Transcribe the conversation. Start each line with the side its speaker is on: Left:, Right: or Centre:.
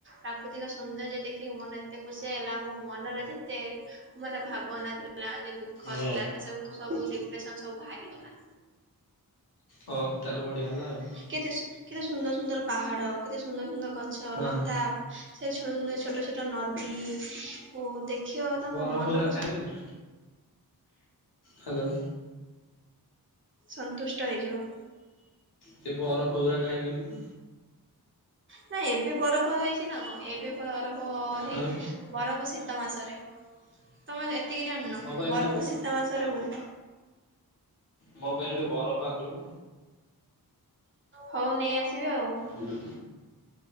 Right: ପ୍ରାକୃତିକ ସୌନ୍ଦର୍ଯ୍ୟ ଦେଖି ମୋ ମନ ଏତେ ଖୁସି ହେଲା, ମୋ ମନରେ ଯେତେ ମାନେ ଭାବନା ଥିଲା, ଯେ ଦୁଃଖ
Left: ହଁ।
Right: ଥିଲା ସବୁ ସବୁ ଡିପ୍ରେସନ ସବୁ ଭା ଗଲା।
Left: ହଉ ତାହେଲେ ବଢିଆ ହେଲା ଆଉ।
Right: କେତେ କେତେ ସୁନ୍ଦର ସୁନ୍ଦର ପାହାଡ଼ କେତେ ସୁନ୍ଦର ସୁନ୍ଦର ଗଛ
Left: ହଁ
Right: ଲତା। ସେ ସୁନ୍ଦ ଛୋଟ ଛୋଟ ନଦୀ ଓ ଦେଖିବ ତମ।
Left: ଫ
Right: ମନ
Left: ଉରା
Right: ପୁରା
Left: ଖାଇଗଲୁ ନା। ହ୍ୟାଲୋ।
Right: ସନ୍ତୁଷ୍ଟ ହେଇଯିବ।
Left: ତେ ବର ଫଉରା ଖାଇଗଲୁନୋଉଁ।
Right: ନା ଏବେ ବରଫ ହେଇଛି ନା କଣ ଏବେ ବରଫ ହେଇନି।
Left: ଆଉ
Right: ବରଫ ଶୀତ ମାସରେ, ତମେ ଏତିକି ଜାଣିନ
Left: ମୋ ପାଇଁ ଗୋଟେ
Right: ବରଫ ଶୀତ ତ ମାସରେ ହୁଏ।
Left: ମୋ ପାଇଁ ଗୋଟେ ବରଫ ଆଣିଲୁନୁ
Right: ହଉ ନେଇ ଆସିବି ଆଉ।
Left: ହୁଁ।